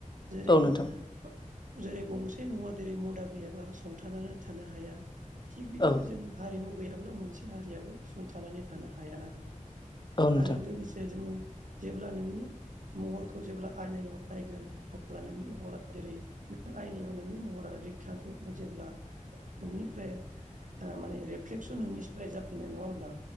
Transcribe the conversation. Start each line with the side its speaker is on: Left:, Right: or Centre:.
Right: जेरै
Left: औ नोंथां
Right: ओ जेरै गंसे न'आ जेरै मुदा गैयाबा संथानानै थानो हाया थिग बिदिनो
Left: औ
Right: जों हारिमु गैयाबा अब्ला मोनसे हारियाबो सुंथानानै थानो हाया आरो
Left: औ नोंथां
Right: आरो लोगोसे जोङो जेब्ला नोंनि महरखौ जेब्ला आयनायाव नायगोन अ अब्ला नोंनि महरा जेरै नों आयनायाव नोंनि महरा रोखा फैयो जेब्ला। नोंनिफ्राय ओ माने रेफ्लेक्सन नोंनिफ्राय जाफिनो नङा होमब्ला